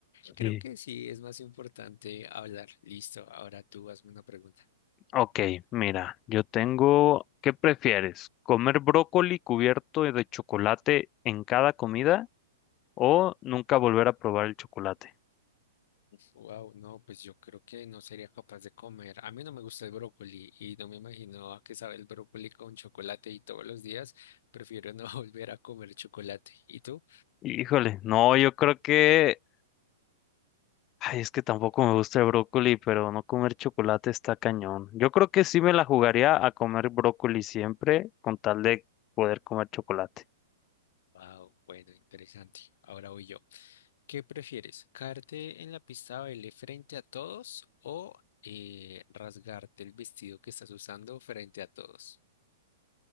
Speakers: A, on the left; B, on the left.
A: creo
B: Sí.
A: que sí es más importante hablar. Listo, ahora tú hazme una pregunta.
B: Ok, mira, yo tengo, ¿qué prefieres? ¿Comer brócoli cubierto de chocolate en cada comida o nunca volver a probar el chocolate?
A: Wow, no, pues yo creo que no sería capaz de comer. A mí no me gusta el brócoli y no me imagino a qué sabe el brócoli con chocolate y todos los días prefiero no <laughs> volver a comer chocolate. ¿Y tú?
B: Híjole, no, yo creo que, ay, es que tampoco me gusta el brócoli, pero no comer chocolate está cañón. Yo creo que sí me la jugaría a comer brócoli siempre con tal de poder comer chocolate.
A: Wow, bueno, interesante. Ahora voy yo. ¿Qué prefieres? ¿Caerte en la pista de baile frente a todos o eh, rasgarte el vestido que estás usando frente a todos?